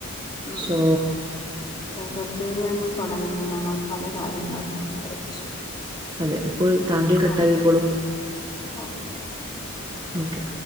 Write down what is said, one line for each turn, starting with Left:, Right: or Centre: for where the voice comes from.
Left: ഉം
Right: സോ
Left: പ്രകൃതിയിൽ നിന്നും തൊടങ്ങി നമ്മൾ പല കാര്യങ്ങളും സംസാരിച്ചു.
Right: അതെ അപ്പോൾ താങ്കൾ കട്ടാക്കിക്കോളൂ
Left: ഓക്കെ ഓക്കെ
Right: ഓക്കെ.